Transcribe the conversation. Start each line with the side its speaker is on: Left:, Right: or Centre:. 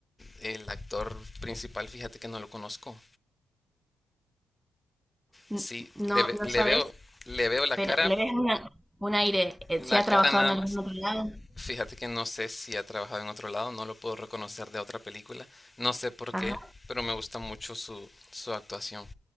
Left: el actor principal, fíjate que no lo conozco,
Centre: N-
Left: sí,
Centre: No,
Left: le, ve- le
Centre: no sabes,
Left: veo, le veo la
Centre: pero
Left: cara,
Centre: le ves una- un aire. eh,
Left: la
Centre: ¿Se ha
Left: cara
Centre: trabajado
Left: nada
Centre: en algún
Left: más,
Centre: otro lado?
Left: Fíjate que no sé si ha trabajado en otro lado, no lo puedo reconocer de otra película, no sé por
Centre: Ajá.
Left: qué, pero me gusta mucho su, su actuación.